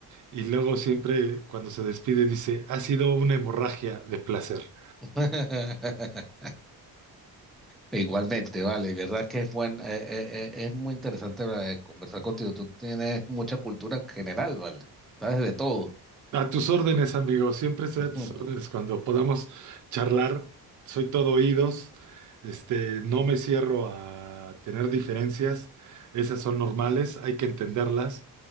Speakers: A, on the right; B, in the centre.
A: y luego siempre cuando se despide dice, ha sido una hemorragia de placer.
B: <laughs> Igualmente, vale, verdad que es buen, eh, eh, eh, es muy interesante eh, conversar contigo. Tú tienes mucha cultura general, vale. Sabes de todo.
A: A tus órdenes, amigo. Siempre
B: <laughs>
A: estoy a tus órdenes. Cuando podamos charlar, soy todo oídos. Este, no me cierro a tener diferencias. Esas son normales, hay que entenderlas.